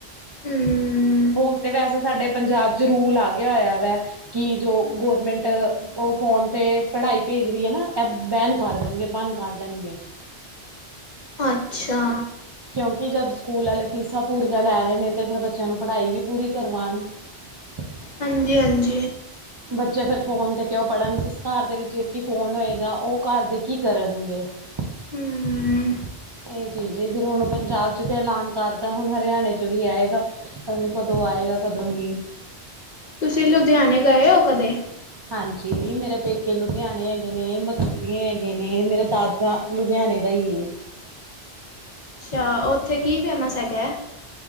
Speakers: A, on the left; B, on the right.
A: ਹੂੰ
B: ਹੁਣ ਤੇ ਵੈਸੇ ਸਾਡੇ ਪੰਜਾਬ ਚ, ਰੂਲ ਆ ਗਿਆ ਹੋਇਆ ਵੇ ਕਿ ਜੋ ਗੋਰਮੈਂਟ ਔ ਫੋਨ ਤੇ ਪੜ੍ਹਾਈ ਭੇਜ ਰਹੀ ਹੈ ਨਾ, ਇਹ ਬੈਨ ਕਰ ਦੇਣਗੇ ਬੰਦ ਕਰ ਦੇਣਗੇ
A: ਅੱਛਾ
B: ਕਿਉਂਕਿ ਜਦ ਸਕੂਲ ਵਾਲੇ ਫੀਸਾਂ ਪੂਰੀਆਂ ਲੈ ਰਹੇ ਨੇ ਤੇ ਫਿਰ ਬੱਚਿਆਂ ਨੂੰ ਪੜ੍ਹਾਈ ਵੀ ਪੂਰੀ ਕਰਵਾਉਣ। <unintelligible>
A: ਹਾਂਜੀ ਹਾਂਜੀ
B: ਬੱਚੇ ਫਿਰ ਫੋਨ ਤੇ ਕਿਉ ਪੜ੍ਹਨ, ਜਿਸ ਘਰ ਦੇ ਵਿੱਚ ਇੱਕ ਹੀ ਫੋਨ ਹੋਏਗਾ, ਔ ਘਰ ਦੇ ਕੀ ਕਰਨਗੇ। <unintelligible>
A: ਹਮ
B: ਇਹ ਚੀਜ਼ ਫਿਰ ਹੁਣ ਪੰਜਾਬ ਚ ਤੇ ਐਲਾਨ ਕਰਤਾ ਹੁਣ ਹਰਿਆਣੇ ਚ ਵੀ ਆਏਗਾ, ਪਤਾ ਨਹੀਂ ਕਦੋਂ ਆਏਗਾ। ਆਏਗਾ ਕਦੋ ਵੀ
A: ਤੁਸੀਂ ਲੁਧਿਆਣੇ ਗਏ ਹੋ ਕਦੇ
B: ਹਾਂਜੀ ਮੇਰੇ ਪੇਕੇ ਲੁਧਿਆਣੇ ਹੈਗੇ ਨੇ, ਮਥੇਰੀਏ ਹੈਗੇ ਨੇ, ਮੇਰਾ ਦਾਦਾ ਲੁਧਿਆਣੇ ਦਾ ਹੀ ਕੀ ਏ
A: ਅੱਛਾ ਉੱਥੇ ਕੀ ਫੇਮਸ ਹੈਗਾ ਹੈ।